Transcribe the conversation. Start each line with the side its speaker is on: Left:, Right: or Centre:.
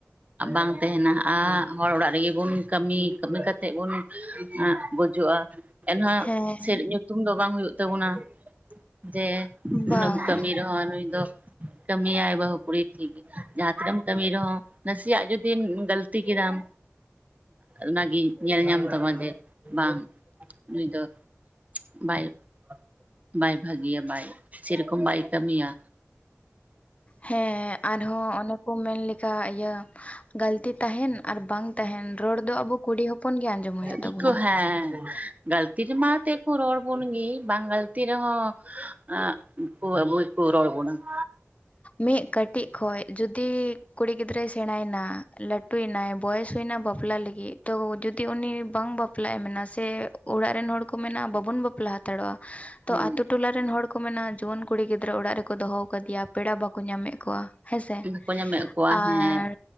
Right: ᱵᱟᱝ ᱛᱟᱦᱮᱱᱟᱼᱟ ᱦᱚᱲ ᱚᱲᱟᱜ ᱨᱮᱜᱮ ᱵᱚᱱ ᱠᱟᱹᱢᱤ ᱠᱟᱹᱢᱤ ᱠᱟᱛᱮᱫ ᱵᱚᱱ ᱱᱟᱜ ᱵᱩᱡᱩᱜᱼᱟ ᱮᱱᱦᱚᱸ
Left: ᱦᱮᱸ
Right: ᱥᱮᱫ <unintelligible> ᱧᱩᱛᱩᱢ ᱫᱚ ᱵᱟᱝ ᱦᱩᱭᱩᱜ ᱛᱟᱵᱚᱱᱟ ᱡᱮ ᱱᱩᱱᱟᱹᱝ
Left: ᱵᱟᱝ
Right: ᱠᱟᱹᱢᱤ ᱨᱮᱦᱚᱸ ᱱᱩᱭ ᱫᱚ ᱠᱟᱹᱢᱤᱭᱟᱭ ᱵᱟᱹᱦᱩ ᱠᱩᱲᱤ ᱴᱷᱤᱠ ᱜᱮᱭᱟ ᱡᱟᱦᱟᱸ ᱛᱤᱱᱟᱹᱜᱮᱢ ᱠᱟᱹᱢᱤ ᱨᱮᱦᱚᱸ ᱱᱟᱥᱮᱭᱟᱜ ᱡᱩᱫᱤᱢ ᱜᱟᱹᱞᱛᱤ ᱛᱤ ᱠᱮᱫᱟᱢ ᱚᱱᱟᱜᱮ ᱧᱮᱞ ᱧᱟᱢ ᱛᱟᱢᱟ ᱡᱮ ᱵᱟᱝ ᱾ ᱱᱩᱭ ᱫᱚ <inaudible> ᱵᱟᱭ ᱾ ᱵᱟᱭ ᱵᱷᱟᱹᱜᱤᱭᱟ ᱵᱟᱭ ᱥᱮᱨᱚᱠᱚᱢ ᱵᱟᱭ ᱠᱟᱹᱢᱤᱭᱟ ᱾
Left: ᱦᱮᱸ ᱟᱨᱦᱚᱸ ᱚᱱᱮ ᱠᱚ ᱢᱮᱱ ᱞᱮᱠᱟ ᱤᱭᱟᱹ ᱜᱟᱹᱞᱛᱤ ᱛᱟᱦᱮᱸᱱ ᱟᱨ ᱵᱟᱝ ᱛᱟᱦᱮᱸᱱ ᱨᱚᱲ ᱫᱚ ᱟᱵᱚ ᱠᱩᱲᱤ ᱦᱚᱯᱚᱱ ᱜᱮ ᱟᱸᱡᱚᱢ ᱦᱩᱭᱩᱜ
Right: ᱜᱮᱠᱚ
Left: ᱛᱟᱵᱚᱱᱟ
Right: ᱦᱮᱸ
Left: ᱾
Right: ᱜᱟᱹᱞᱛᱤ ᱨᱮᱢᱟ ᱛᱮ ᱠᱚ ᱨᱚᱲ ᱵᱚᱱ ᱜᱤ ᱵᱟᱝ ᱜᱟᱹᱞᱛᱤ ᱨᱮᱦᱚᱸ ᱟ ᱩᱱᱠᱩ ᱦᱚᱸ ᱟᱵᱚ ᱜᱮᱠᱚ ᱨᱚᱲ ᱵᱚᱱᱟ ᱾
Left: ᱢᱤᱫ ᱠᱟᱹᱴᱤᱡ ᱠᱷᱚᱱ ᱡᱩᱫᱤ ᱠᱩᱲᱤ ᱜᱤᱫᱽᱨᱟᱹᱭ ᱥᱮ ᱥᱮᱬᱟᱭᱮᱱᱟ ᱞᱟᱹᱴᱩᱭᱮᱱᱟᱭ ᱵᱚᱭᱮᱥ ᱦᱩᱭᱱᱟ ᱵᱟᱯᱞᱟ ᱞᱟᱹᱜᱤᱫ ᱛᱚ ᱡᱩᱫᱤ ᱩᱱᱤ ᱵᱟᱝ ᱵᱟᱯᱞᱟᱜ ᱮ ᱢᱮᱱᱟ ᱥᱮ ᱚᱲᱟᱜ ᱨᱤᱱ ᱦᱚᱲ ᱠᱚ ᱢᱮᱱᱟ ᱵᱟᱵᱚᱱ ᱵᱟᱯᱞᱟ ᱦᱟᱛᱟᱲᱚᱜᱼᱟ ᱾ ᱛᱚ
Right: ᱦᱩᱸ
Left: ᱟᱹᱛᱩ ᱴᱚᱞᱟ ᱨᱤᱱ ᱦᱚᱲ ᱠᱚ ᱢᱮᱱᱟ ᱡᱩᱣᱟᱹᱱ ᱠᱩᱲᱤ ᱜᱤᱫᱽᱨᱟᱹ ᱚᱲᱟᱜ ᱨᱮᱠᱚ ᱫᱚᱦᱚᱣᱟᱠᱟᱫᱮᱭᱟ ᱯᱮᱲᱟ ᱵᱟᱠᱚ ᱧᱟᱢᱮᱫ ᱠᱚᱣᱟ ᱦᱮᱸᱥᱮ
Right: ᱵᱟᱠᱚ ᱧᱟᱢᱮᱫ ᱠᱚᱣᱟ
Left: ᱟᱨ
Right: ᱦᱮᱸ